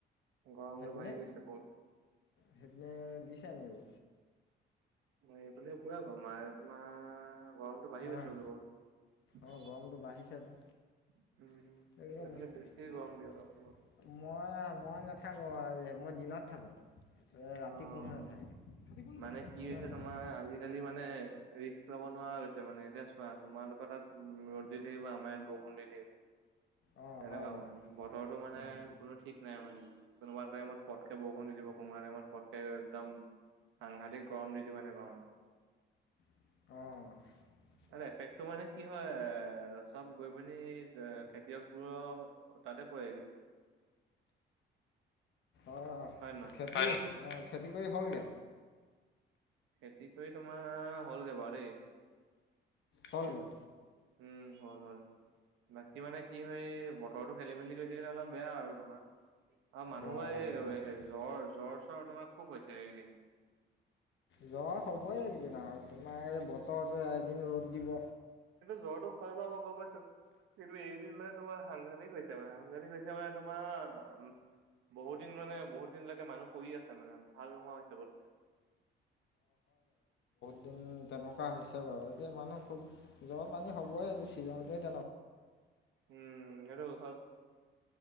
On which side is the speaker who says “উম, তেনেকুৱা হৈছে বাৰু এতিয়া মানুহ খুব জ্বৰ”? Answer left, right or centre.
Left